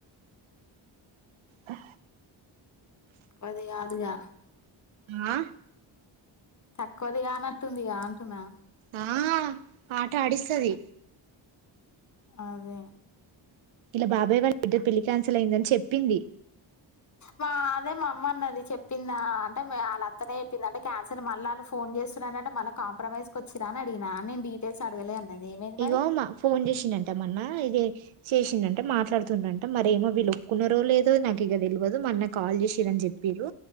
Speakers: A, on the right; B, on the left.
A: హా
B: అది కాదుగా
A: ఆ
B: తక్కువది కానట్టుందిగా అంటున్నా
A: ఆ ఆట ఆడిస్తది
B: అదె
A: ఇల బాబాయ్ వాళ్ళ బిడ్డ పెళ్లి కాన్సిల్ అయిందని చెప్పింది
B: వా అదే మా అమ్మ అన్నది చెప్పిందా అంటే వాళ్ళ అత్తనే చెప్పింది అంటే క్యాన్సెల్ మళ్ళ ఆళ్ళు ఫోన్ చేస్తురంట మళ్ళ కాంప్రమైజ్ కొచ్చిరు అని అడిగినా నేను డీటెయిల్స్ అడగలే అన్నది ఏమైంది
A: ఇగో
B: మరి
A: మా ఫోన్ చేసిండంట మన్నా ఇదే చేసిండంట మాట్లాడుతున్నడంట మరేమో వీళ్ళు ఒప్పుకున్నారో లేదో నాకు ఇగ తెల్వదు మా అన్నా కాల్ చేసిరని చెప్పిండు